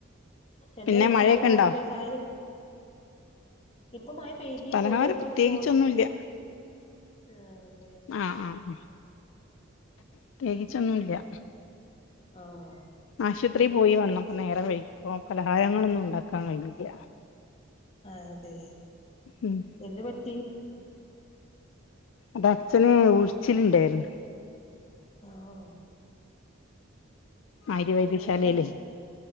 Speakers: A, on the left; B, on the left.
A: എന്തേ
B: പിന്നെ
A: ഇങ്ങക്ക്
B: മഴയൊക്കെ
A: പലകാരങ്ങൾ
B: ഉണ്ടോ
A: ചായേല്? ഇപ്പം മഴ പെയ്തിയിരുന്നു
B: പലഹാരം
A: <unintelligible>
B: പ്രത്യേകിച്ചൊന്നുംല്ല
A: പോയി ആ അതെ അതെ.
B: ആഹ് ഉം പ്രത്യേകിച്ചൊന്നുംല്ല.
A: ആഹ്
B: ആശുത്രി പോയി വന്നപ്പം നേരം വെയ്കിപ്പം പലഹാരങ്ങളൊന്നും ഉണ്ടാക്കാൻ കഴിഞ്ഞില്ല.
A: അതെ
B: ഉം
A: എന്ത് പറ്റി?
B: അത് അച്ഛന് ഉഴിച്ചില്ണ്ടായിരുന്ന്.
A: <unintelligible>
B: ആര്യ വൈദ്യശാലേലേ.
A: ആഹ് എന്നാ